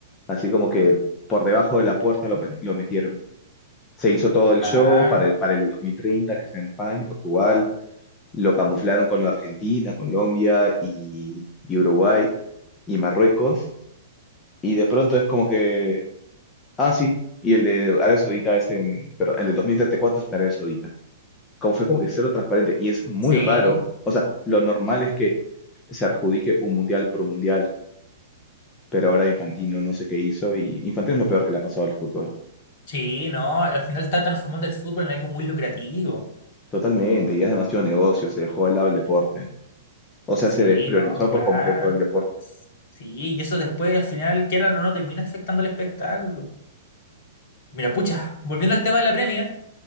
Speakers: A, on the left; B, on the left.
A: así como que por debajo de la puerta lo, pe- lo metieron. Se hizo todo
B: Claro.
A: el show para el, para el de 2030, que sea en España y Portugal, lo camuflaron con lo de Argentina, Colombia y, y Uruguay y Marruecos, y de pronto es como que, ah, sí, y el de Arabia Saudita es en, pero el de 2034 es en Arabia Saudita como fue como que cero transparente y es muy
B: Sí,
A: raro. O sea, lo normal es que se adjudique un mundial por un mundial, pero ahora Infantino no sé qué hizo y Infantino es lo peor que le ha pasado al fútbol.
B: sí, no, al final está transformando el fútbol en algo muy lucrativo.
A: Totalmente, y es demasiado negocio, se dejó de lado el deporte. O sea,
B: Sí,
A: se despriorizó
B: no,
A: por
B: claro.
A: completo el deporte.
B: Sí, y eso después al final, quieran o no, termina afectando el espectáculo. Mira, pucha, volviendo al tema de la Premier,